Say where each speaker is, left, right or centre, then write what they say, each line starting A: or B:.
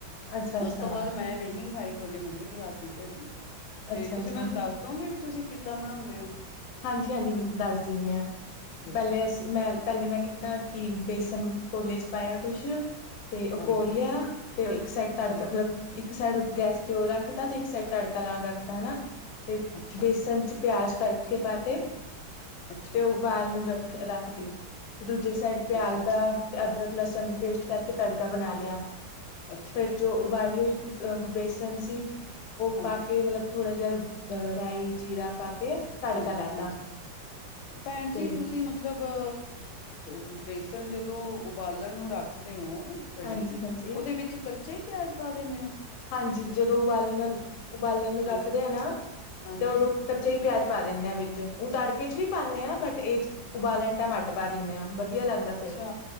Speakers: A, on the left; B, on the left.
A: ਅੱਛਾ ਅੱਛਾ
B: ਉਸ ਤੋਂ ਬਾਅਦ ਮੈਂ ਨਹੀਂ ਖਾਈ ਤੁਹਾਡੀ ਮੰਮੀ ਦੇ ਹੱਥ ਦੀ ਕੜੀ। ਤੇ
A: ਅੱਛਾ
B: ਤੁਸੀਂ
A: ਅੱਛਾ
B: ਮੈਨੂੰ ਦੱਸ ਦੇਵੋਗੇ ਵੀ ਤੁਸੀਂ। ਕਿੱਦਾਂ ਬਣਾਉਦੇ ਹੋ?
A: ਹਾਂਜੀ, ਹਾਂਜੀ ਦੱਸ ਦਿੰਦੇ ਹਾਂ,
B: ਦੱਸੋ
A: ਪਹਿਲੇ ਅਸੀਂ ਮੈਂ ਪਹਿਲੇ ਮੈਂ ਕੀਤਾ ਕਿ ਬੇਸਨ ਕੋਲੇ ਚ ਪਾਇਆ ਕੁਛ। ਤੇ ਉਹ
B: ਹਾਂਜੀ
A: ਕੋਲ ਲਿਆ। ਤੇ ਉਹ ਇੱਕ ਸਾਈਡ ਤੜਕਾ
B: ਹੂੰ
A: ਮਤਲਬ ਇੱਕ ਸਾਈਡ ਗੈਸ ਤੇ ਉਹ ਰੱਖਤਾ ਤੇ ਇੱਕ ਸਾਈਡ ਤੜਕਾ ਲਾਉਣ ਰੱਖਤਾ ਹਨਾ ਤੇ
B: ਅੱਛਾ
A: ਬੇਸਨ ਚ ਪਿਆਜ ਘੱਟ ਉਸ ਕੇ ਪਾਤੇ
B: ਅੱਛਾ
A: ਤੇ ਉਹ ਓਬਾਲ ਨੂੰ ਰੱਖ ਰੱਖ ਤੀ ਤੇ ਦੂਜ ਦੂਜੇ ਸਾਈਡ ਪਿਆਜ
B: ਅੱਛਾ
A: ਦਾ ਤੇ ਅਦਰਕ ਲਸਣ ਦੀ ਪੇਸਟ ਕਰਕੇ ਤੜਕਾ ਬਣਾ ਲਿਆ।
B: ਅੱਛਾ
A: ਫੇਰ ਜੋ ਉਬਾਲੀ ਹੋਈ ਅ ਬੇਸਨ ਸੀ। ਉਹ
B: ਹਾਂਜੀ
A: ਪਾ ਕੇ ਮਤਲਬ ਥੋੜ੍ਹਾ ਜਿਹਾ ਅ ਰਾਈ ਜੀਰਾ ਪਾ ਕੇ ਤੜਕਾ
B: ਹਾਂਜੀ,
A: ਲਾਤਾ
B: ਹਾਂਜੀ ਭੈਣ
A: ਤੇ
B: ਜੀ ਤੁਸੀਂ ਮਤਲਬ ਅ ਬੇਸ ਬੇਸਣ ਜਦੋਂ ਉਬਾਲਣ ਨੂੰ ਰੱਖਦੇ ਹੋ। ਕੜੀ
A: ਹਾਂਜੀ ਹਾਂਜੀ
B: ਉਹਦੇ ਵਿੱਚ ਕੱਚਾ ਹੀ ਪਿਆਜ ਪਾ ਦਿੰਦੇ ਓ
A: ਹਾਂਜੀ ਜਦੋਂ ਉਬਾਲਣ, ਉਬਾਲਣ ਨੂੰ
B: ਹਾਂ
A: ਰੱਖਦੇ ਆ ਨਾ
B: ਹਾਂਜੀ
A: ਤੇ ਉਦੋਂ ਕੱਚਾ ਹੀ ਪਿਆਜ ਪਾ ਦਿੰਨੇ ਆ ਵਿੱਚ ਉਹ ਤੜਕੇ ਚ ਵੀ ਪਾਉਂਦੇ ਆ ਬਟ ਇਹ ਉਬਾਲਣ ਟਾਈਮ ਅੱਡ ਪਾ ਦਿੰਣੇ ਆ। ਵਧੀਆ ਲੱਗਦਾ
B: ਅੱਛਾ
A: ਫੇਰ